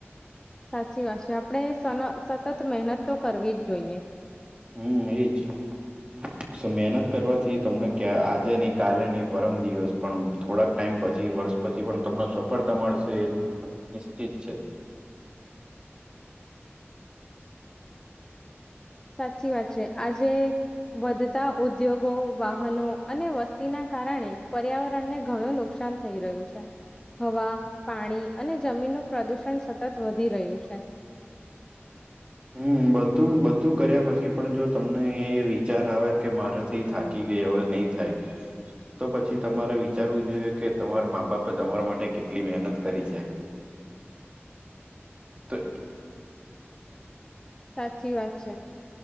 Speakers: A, on the left; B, on the right.
A: સાચી વાત છે આપણે સન સતત મહેનત તો કરવી જ જોઈએ
B: હમ એજ મહેનત કરવાથી તમને ક્યા આજે નહી કાલે નહી પરમ દિવસ પણ થોડાક ટાઈમ પ પછી વર્ષ પછી પણ તમને સફળતા મળશે એ નિશ્ચિત છે. <inaudible>
A: સાચી વાત છે આજે વધતા ઉદ્યોગો, વાહનો અને વસ્તી ના કારણે પર્યાવરણને ઘણું નુકસાન થઈ રહ્યું છે હવા પાણી અને જમીનનો પ્રદૂષણ સતત વધી રહ્યું છે
B: હમ બધું બધું કર્યા પછી પણ જો તમને એ વિચાર આવે કે મારેથી થાકી એવા નહી થાય તો પછી તમારે વિચારવું જોઈએ કે તમારા મા બાપે તમારા માટે કેટલી મહેનત કરી છે. ત
A: સાચી વાત છે